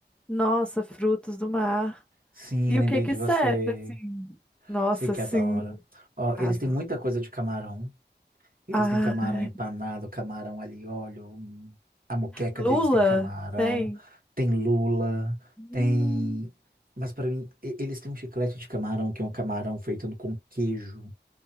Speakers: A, in the centre; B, on the right.
A: Nossa, frutos do mar.
B: Sim,
A: E
B: lembrei
A: o que que
B: de
A: serve,
B: você.
A: assim? Nossa,
B: Você que
A: sim.
B: adora. Ó,
A: Adoro.
B: eles têm muita coisa de camarão. Eles
A: Ai.
B: têm camarão empanado, camarão alho e óleo. hum, A moqueca
A: Lula?
B: deles tem camarão,
A: Tem?
B: tem lula,
A: Hum.
B: tem. Mas para mim, e- eles têm um chiclete de camarão, que é um camarão feito com queijo,